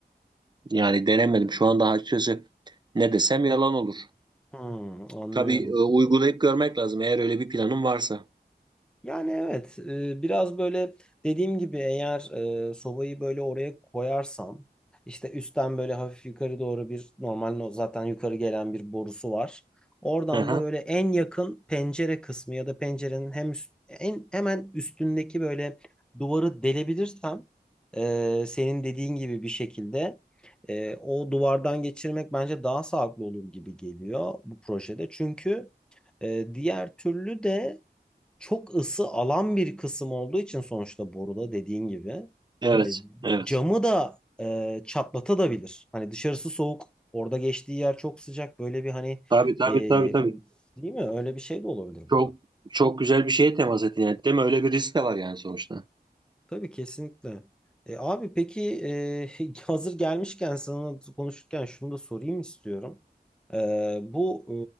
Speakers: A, on the right; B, in the centre.
A: Yani denemedim. Şu anda açıkçası ne desem yalan olur.
B: Hmm, anlıyorum.
A: Tabii e, uygulayıp görmek lazım eğer öyle bir planın varsa.
B: Yani evet, e, biraz böyle dediğim gibi eğer e, sobayı böyle oraya koyarsam işte üstten böyle hafif yukarı doğru bir normal no- zaten yukarı gelen bir borusu var. Oradan
A: Aha,
B: da böyle en yakın pencere kısmı ya da pencerenin hem üst- en hemen üstündeki böyle duvarı delebilirsem e, senin dediğin gibi bir şekilde e, o duvardan geçirmek bence daha sağlıklı olur gibi geliyor bu projede. Çünkü e, diğer türlü de çok ısı alan bir kısım olduğu için sonuçta boruda dediğin gibi
A: evet,
B: e,
A: evet.
B: camı da e, çatlatabilir. Hani dışarısı soğuk, orada geçtiği yer çok sıcak. Böyle bir hani
A: Tabii tabii
B: e,
A: tabii tabii.
B: değil mi? Öyle bir şey de olabilir burada.
A: Çok çok güzel bir şeye temas ettin yani. Değil mi? Öyle bir risk de var yani sonuçta.
B: Tabii kesinlikle. E, abi peki e, <laughs> hazır gelmişken sana konuşurken şunu da sorayım istiyorum. E, bu